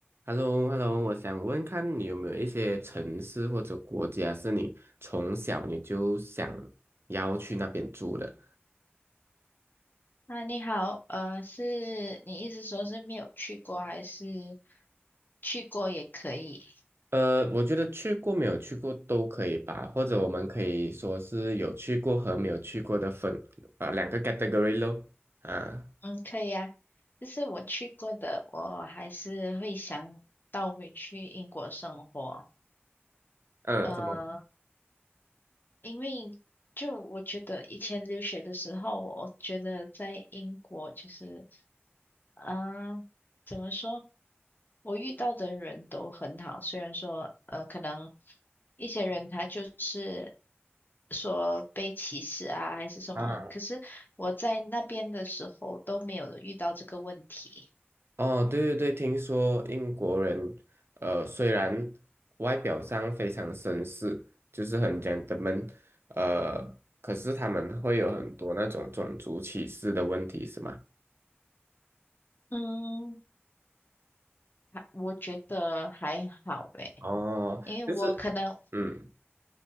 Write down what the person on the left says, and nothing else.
啊，你好，呃，是你意思说是没有去过，还是去过也可以？
嗯，可以啊。就是我去过的，我还是会想倒回去英国生活。
呃，
因为就我觉得以前留学的时候，我觉得在英国就是。啊，怎么说？我遇到的人都很好，虽然说呃，可能一些人他就是说被歧视啊，还是什么，
可是我在那边的时候都没有遇到这个问题。
嗯，还我觉得还好诶，
因为我可能